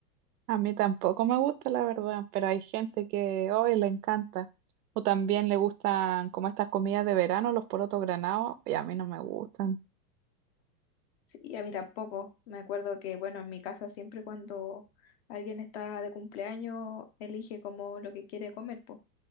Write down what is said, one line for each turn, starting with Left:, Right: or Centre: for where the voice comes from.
Right: A mí tampoco me gusta, la verdad, pero hay gente que hoy le encanta. O también le gustan como estas comidas de verano, los porotos granados, y a mí no me gustan.
Left: Sí, a mí tampoco. Me acuerdo que, bueno, en mi casa siempre cuando alguien está de cumpleaños, elige como lo que quiere comer, po.